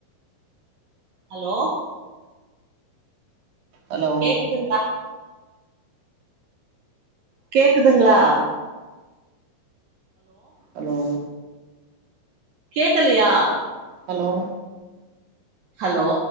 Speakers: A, on the right; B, on the right.
A: hello
B: hello
A: கேக்குதுங்ளா கேக்குதுங்ளா
B: ஹலோ
A: கேக்கலையா
B: ஹலோ
A: ஹலோ